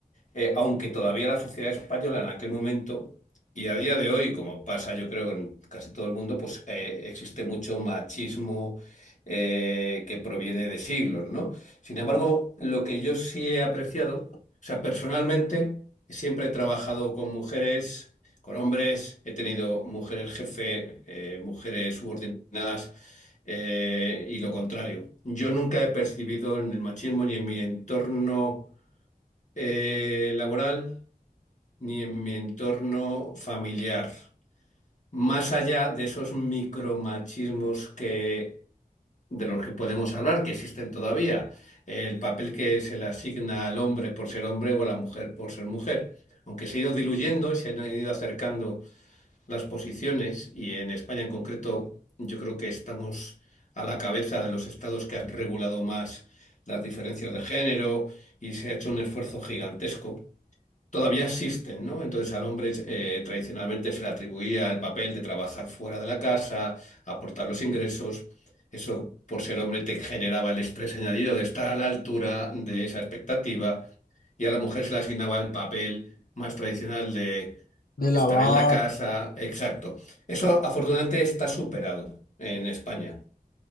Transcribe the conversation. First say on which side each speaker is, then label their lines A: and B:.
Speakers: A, on the left; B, on the left.
A: eh, aunque todavía la sociedad española en aquel momento y a día de hoy, como pasa yo creo en casi todo el mundo, pues eh, existe mucho machismo eh, que proviene de siglos, ¿no? Sin embargo, lo que yo sí he apreciado, o sea, personalmente siempre he trabajado con mujeres, con hombres, he tenido mujeres jefe, eh, mujeres subordinadas. eh, y lo contrario. Yo nunca he percibido en el machismo ni en mi entorno eh, laboral ni en mi entorno familiar. Más allá de esos micromachismos que, de los que podemos hablar, que existen todavía, el papel que se le asigna al hombre por ser hombre o a la mujer por ser mujer. Aunque se ha ido diluyendo y se han ido acercando las posiciones, y en España en concreto, yo creo que estamos a la cabeza de los estados que han regulado más las diferencias de género y se ha hecho un esfuerzo gigantesco todavía existen, ¿no? Entonces al hombre eh, tradicionalmente se le atribuía el papel de trabajar fuera de la casa, aportar los ingresos. Eso, por ser hombre, te generaba el estrés añadido de estar a la altura de esa expectativa. Y a la mujer se le asignaba el papel más tradicional de
B: de la
A: estar
B: VAP.
A: en la casa. Exacto. Eso afortunadamente está superado en España.